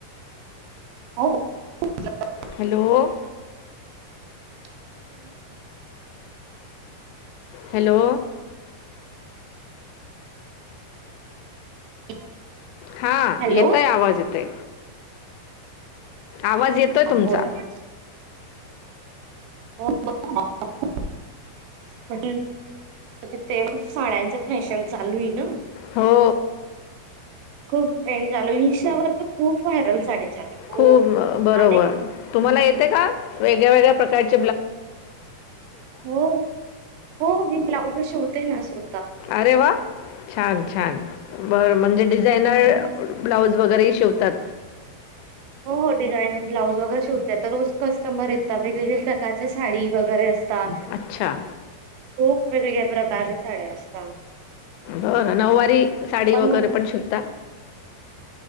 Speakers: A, on the right; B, on the left.
A: हो. <inaudible>
B: हॅलो?
A: <inaudible>
B: हॅलो?
A: <unintelligible>
B: हा,
A: हॅलो
B: येतय
A: हो,
B: आवाज, येतय. आवाज येतोय तुमचा.
A: बोला ना. हो. <unintelligible> म्ह <unintelligible> ति <unintelligible> साड्यांच फॅशन चालू आहे ना?
B: हो.
A: खूप ट्रेंड झालो. इन्स्टावर तर खूप व्हायरल साडी चालू आहे.
B: खूप
A: हो
B: बरोबर,
A: अनेक
B: तुम्हाला येते का? वेगळ्या वेगळ्या प्रकारची
A: हो, हो. मी ब्लाउज शिवतेय ना, स्व
B: अरे वा! छान, छान बर म्हणजे डिजि <unintelligible> जाणार.
A: हो
B: ब्लाऊज वगैरेही शिवतात.
A: हो, हो. डिझाईन ब्लाऊज वगैरे शिवते, तर रोज कस्टमर वेगवेगळे प्रकारचे साडी वगैरे असते. ता,
B: अच्छा.
A: खूप वेगवेगळ्या प्रकारच्या साड्या असता.
B: बरं, नऊवारी साडी वगैरे
A: म्हणतो
B: पण शिवता?